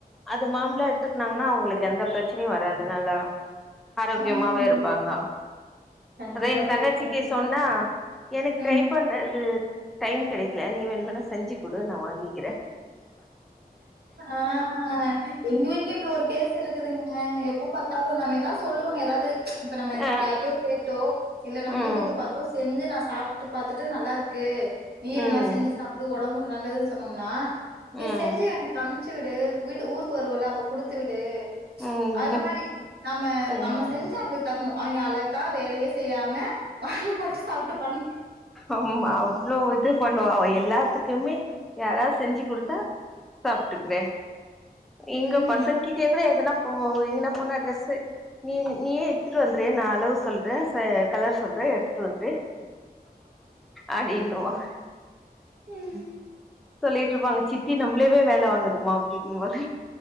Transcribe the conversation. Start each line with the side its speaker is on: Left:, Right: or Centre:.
Centre: அது மாமலா எடுத்துக்கனாங்கன்னா அவங்களுக்கு எந்த பிரச்சனையும் வராதுனால ஆரோக்கியமாவே
Right: ம்
Centre: இருப்பாங்க
Right: கண்டிப்பா
Centre: அதான் என் தங்கச்சிக்கு
Right: தோழி கண்டிப்பா.
Centre: சொன்னா எனக்கு ட்ரை
Right: ம்.
Centre: பண்ண இது டைம் கடைக்கல நீவேனுனா செஞ்சி கொடு நா வாங்கி கிற
Right: ஆஹ் எங்க வீட்லயும் இப்படி ஒரு கேசு இருக்குதுங்க எப்ப பார்த்தாலும் நம்ம எதான் சொல்லுவோங்க ஏதாவது இப்ப நம்ம
Centre: ஆ
Right: யார்கிட்டையோ கேட்டோம் போ இல்ல நம்ம
Centre: ம்
Right: யூடியூப் பார்த்தோ செஞ்ச நான் சாப்பிட்டு பாத்துட்டு நல்லா இருக்கு க நீ இது
Centre: ம்
Right: மாரி செஞ்சு சாப்புடு உடம்புக் நல்லது சொன்னோம்னா நீ
Centre: ம்
Right: செஞ்சு எனக்கு அம்ச்சு விடு வீட்டு ஊருக்கு வருவல அப்ப குடுத்து விடு
Centre: ம்
Right: அத மாரி நம்ம
Centre: ம்
Right: நம்ம செஞ்ச அவங்களுக்கு தரணும் அவங்க அழகா வேலையே செ செய்யாம வாங்கி மட்டும் சாப்ட்டுப்பாங்க.
Centre: ஆமா அவ்வளோ இது பண்ணுவா எல்லாத்துக்கும் க்குமே யாராவது செஞ்சு கொடுத்தா சாப்பிட்டுக்கறேன் இங்க
Right: ம்.
Centre: பசங்க கிட்டே கூட எதுனா உ எங்கன போனா டிரெஸ்ு நீயே எடுத்துட்டு வந்துேன் நான் அளவு சொல்றேன் கலர் சொல்றேன் எத்து வன்றி அடின்னுவஹ்
Right: ம்.
Centre: சொல்லிட்டு இருப்பாங்க சித்தி நம்மளே வே வேலை வாங்குதுும்மா அப்படி